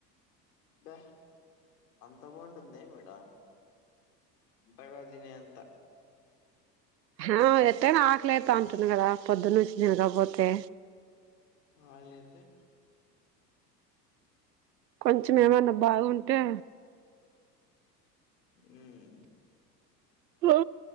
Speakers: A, on the left; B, on the right.
A: బా అంత బాగుంటుందే మీడ అంతగా తినే అంత
B: హా ఎట్టనా ఆకలైతాంటది కదా పొద్దున్ననుంచి తినకపోతే
A: ఆకలేతె
B: కొంచెం ఏమన్నా బాగుంటే
A: మ్
B: ను